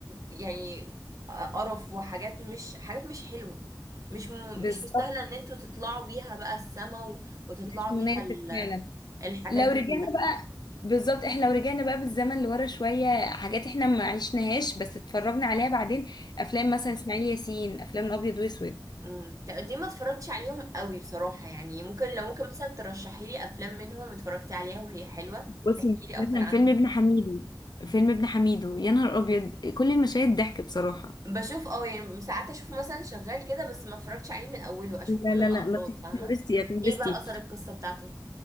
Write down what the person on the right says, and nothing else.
يعني قرف وحاجات مش حاجات مش حلوة مش م...
مش مستاهلة ان انتوا تطلعوا بيها بقى السما و... وتطلعوا
بيها ال...
الحاجات
دي
كلها
امم دي ما اتفرجتش عليهم قوي بصراحة يعني ممكن لو ممكن مثلا ترشحي لي افلام منهم اتفرجتي عليها وهي حلوة
تحكي لي اكتر
عنهم
بشوف اه يعني ساعات اشوف مثلا شغال كده بس ما اتفرجتش عليه من اوله اشوف
منه
لقطات
فاهمه
ايه بقى اثر القصه بتاعته